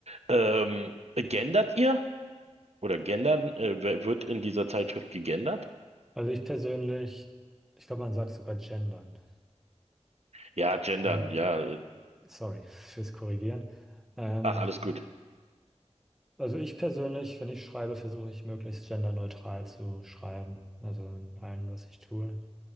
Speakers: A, on the right; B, in the centre.
A: Ähm, gendert ihr? Oder gendern? Äh, wer- wird in dieser Zeitschrift gegendert?
B: Also ich persönlich, ich glaube, man sagt sogar gendern.
A: Ja, gendern,
B: Ähm,
A: ja.
B: sorry <laughs> fürs Korrigieren. Ähm,
A: Ach, alles gut.
B: Also ich persönlich, wenn ich schreibe, versuche ich möglichst genderneutral zu schreiben. Also in allem, was ich tue.